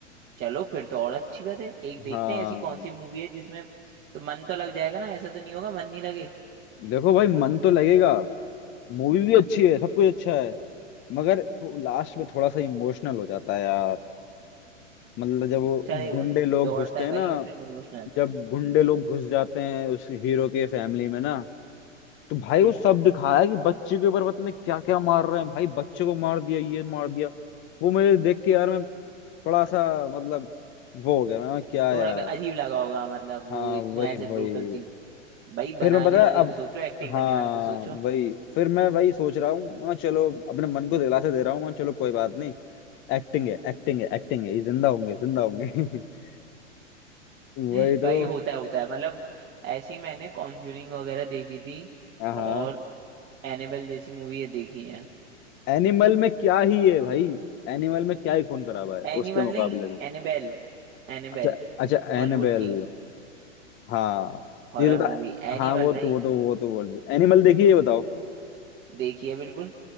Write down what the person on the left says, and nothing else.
हाँ
देखो भाई मन तो लगेगा मूवी भी अच्छी है सब कुछ अच्छा है मगर तो लास्ट में थोड़ा सा इमोशनल हो जाता है यार मतलब जब वो
गुंडे लोग
घुसते
हैं
ना
जब गुंडे लोग घुस जाते हैं उस हीरो के फैमिली में ना तो भाई
वो सब दिखाया है कि बच्चे के ऊपर पता नहीं क्या क्या मार रहे हैं भाई बच्चे को मार दिया ये मार दिया वो मुझे देख के यार मैं थोड़ा सा मतलब वो हो गया मैं क्या
यार
हाँ
वही
वही
फिर
मैं पता
है अब
हाँ
वही फिर मैं वही सोच रहा हूँ मैं चलो अपने मन को दिलासा दे रहा हूँ मैं चलो कोई बात नहीं एक्टिंग है एक्टिंग है एक्टिंग है ये जिंदा होंगे जिंदा होंगे <laughs>
वही
तो
हाँ हाँ।
एनिमल में क्या ही है भाई एनिमल में क्या ही खून खराबा है
उसके मुकाबले
में
अच्छा अच्छा
एनाबेल
हाँ
ये तो था
हाँ वो तो
वो तो वो तो बोल रही एनिमल देखिए ये बताओ